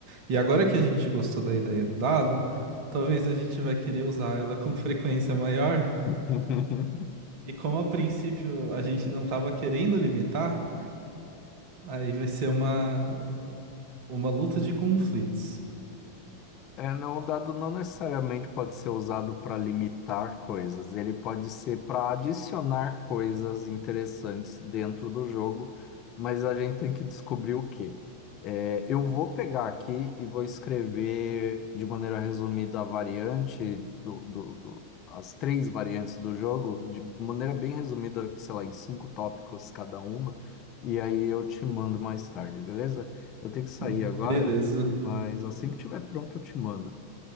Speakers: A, on the right; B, on the left.
A: E agora que a gente gostou da ideia do dado, talvez a gente vai querer usar ela com frequência maior.
B: <laughs>
A: E como a princípio a gente não estava querendo limitar, aí vai ser uma, uma luta de conflitos.
B: É, não, o dado não necessariamente pode ser usado para limitar coisas, ele pode ser para adicionar coisas interessantes dentro do jogo, mas a gente tem que descobrir o quê. É, eu vou pegar aqui e vou escrever de maneira resumida a variante do, do, do- as três variantes do jogo, de maneira bem resumida, sei lá, em cinco tópicos cada uma, e aí eu te mando mais tarde, beleza? Eu tenho que sair
A: Beleza.
B: agora. Mas assim que tiver pronto, eu te mando.